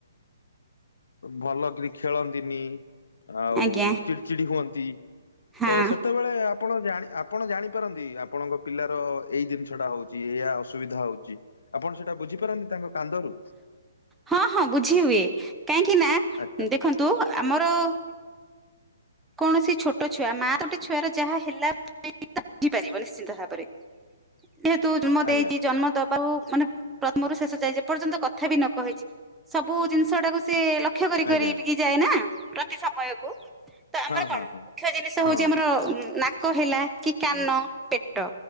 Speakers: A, on the left (about 85°); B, in the centre.
A: ଭଲ କି ଖେଳନ୍ତିନି। ଆଉ
B: ଆଜ୍ଞା
A: ଚିଡ଼ିଚିଡି ହୁଅ <inaudible>
B: ହଁ
A: ତ ସେତେବେଳେ ଆପଣ ଜା ଆପ ଜାପାରନ୍ତି। ଆପଣଙ୍କ ପିଲାର ଏଇ ଜିନିଷ ଟା ହଉଛି ଏୟଆ ଅସୁବିଧା ହଉଛି ଆପଣ ସେଇଟା ବୁଝିପାରନ୍ତି ତାଙ୍କ କାନ୍ଦରୁ
B: ହଁ ହଁ ବୁଝି ହୁଏ। କାହିଁକି ନା
A: ଆଚ୍ଛା
B: ଦେଖନ୍ତୁ ଆମର କୌଣସି ଛୋଟ ଛୁଆ ମା ଗୋଟେ ଛୁଆର ଯାହା ହେଲା <unintelligible> ବଝପାର ନିଶ୍ଚିନ୍ତ ଭାବରେ। ଯେହେତୁ ଜନ୍ମ ଦେଇଛି
A: ଆଜ୍ଞା
B: ଜନ୍ମ ଦବାକୁଉ ମାନେ ପ୍ରଥମରୁ ଶେଷ ଯାଏ ଯେପର୍ଯ୍ୟନ୍ତ କଥା ବି ନ କହିଛି ସବୁ ଜିନିଷ ଟାକୁ ସେ ଲକ୍ଷ କରି
A: ଆଜ୍ଞା
B: କରି ଯାଏ ନା। ପ୍ରତି ସମୟକୁ। ତ ଆମର
A: ହଁ
B: କଣ
A: ହଁ
B: ମୁଖ୍ୟ
A: ହଁ
B: ଜିନିଷ
A: ହଁ
B: ହଉଛି ଆମର ନା କହଲା କି କାନ ପେଟ।